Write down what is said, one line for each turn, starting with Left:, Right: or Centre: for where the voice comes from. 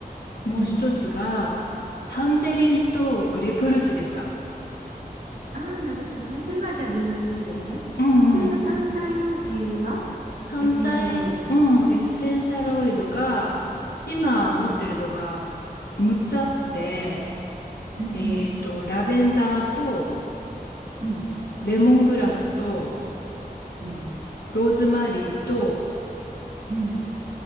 Left: もう一つが、
Right: うん。
Left: タンジェリンとグレープフルーツでした。
Right: ああー、なるほどね。それはじゃあルームスプレーね。
Left: うんうん。
Right: 普通の単体の精油は
Left: 単体、
Right: エッセンシャルオイル。
Left: うん、エッセンシャルオイルが、今持ってるのが6つあって、
Right: うんうん。
Left: えっと、ラベンダーと、
Right: うん。
Left: レモングラスと、
Right: うん。
Left: ローズマリーと、
Right: うん。